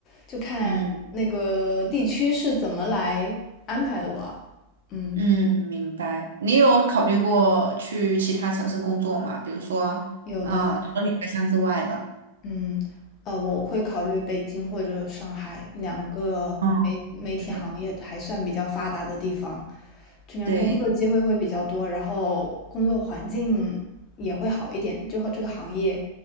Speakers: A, on the left (about 35°); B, on the right (about 65°).
A: 就看那个地区是怎么来安排的吧。
B: 嗯。
A: 嗯，
B: 嗯，明白。你有考虑过去其他城市工作吗？比如说，
A: 有的
B: 啊、除了你家乡之外的。
A: 嗯，呃，我会考虑北京或者上海两个媒媒体行业还算比较发达的地方，
B: 嗯，对
A: 这边工作机会会比较多，
B: 对，
A: 然后工作环境也会好一点，就和这个行业